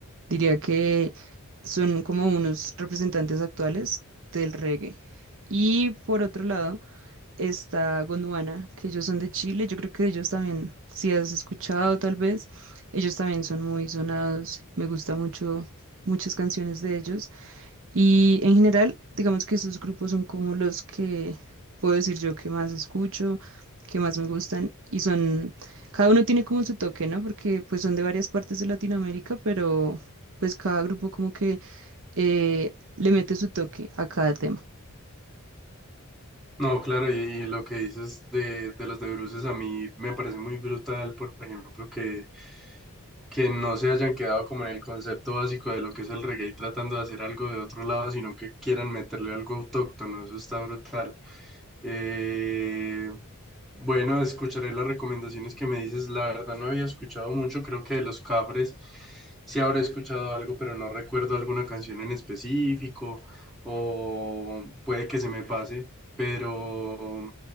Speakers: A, on the right; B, in the centre.
A: Diría que son como unos representantes actuales del reggae. Y por otro lado está Gondwana, que ellos son de Chile, yo creo que ellos también, si has escuchado tal vez, ellos también son muy sonados, me gusta mucho muchas canciones de ellos y en general, digamos que esos grupos son como los que puedo decir yo que más escucho, que más me gustan y son, cada uno tiene como su toque, ¿no? Porque pues son de varias partes de Latinoamérica, pero pues cada grupo como que eh, le mete su toque a cada tema.
B: No, claro, y, y lo que dices de, de los de bruces a mí me parece muy brutal, por ejemplo, que, que no se hayan quedado como en el concepto básico de lo que es el reggae tratando de hacer algo de otro lado, sino que quieran meterle algo autóctono, eso está brutal. Eh, bueno, escucharé las recomendaciones que me dices, la verdad no había escuchado mucho, creo que de los Cafres sí habré escuchado algo, pero no recuerdo alguna canción en específico o puede que se me pase pero